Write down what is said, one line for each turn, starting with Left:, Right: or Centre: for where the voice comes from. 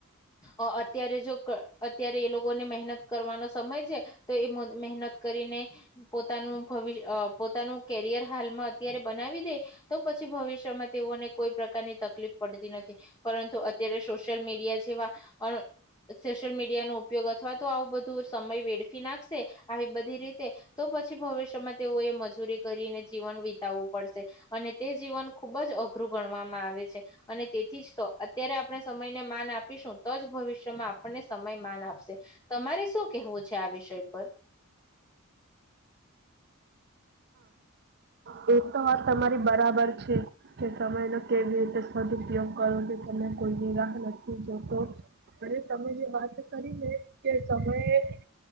Left: અ અત્યારે જો કણ અત્યારે એ લોકોને મેહેનત કરવાનો સમયે જ તો એ મદ મેહેનત કરીને પોતાનું ભવિષ અ પોતાનું કેરિયર હાલમાં અત્યારે બનાવી દે તો પછી ભવિષ્યમાં તેઓને કોઈ પ્રકારની તકલીફ પડતી નથી પરંતુ અત્યારે સોશિયલ મીડિયા જ તેવા અણ સોશિયલ મીડિયા નો પયોગ અથવા તો આવું બધુંસ સમય વેડફી નાખશે, આવી બધી રીતે તો પછી ભવિષ્યમાં તેઓએ મજૂરી કરીને જીવન વિતાવું પડશે, અને તે જીવન ખુબ જ અઘરું ગણવામાં આવે છે, અને તેથી જ તો અત્યારે આપણે સમયને માન આપ ઇશું તો જ ભવિષ્યમાં આપણને સમય માન આપશે તમારે શું કેહેવું છે, આ વિષય પર?
Right: હ એ તો વાત તમારી બરાબર છે, કે સમયનો કેવી રીતે સદપયોગ કરો કે તમે કોઈ નિ રાહ નથી જોતો. બહેન તમે જે વાત કહીને કે સમયે એ